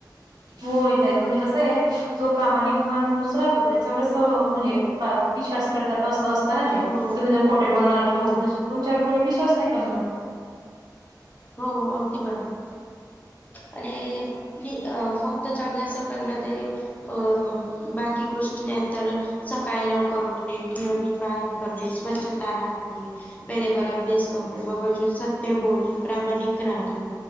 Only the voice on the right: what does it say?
होय ताई, म्हणजे कसं आहे जो प्रामाणिक माणूस राहतो त्याच्यावर म्हणजे विश्वास करतात असं अस तन ते,
तुम्ही जर खोटे बोलणार किंवा
तुम्ही तुमच्यावर कोणी विश्वास नाही करणार.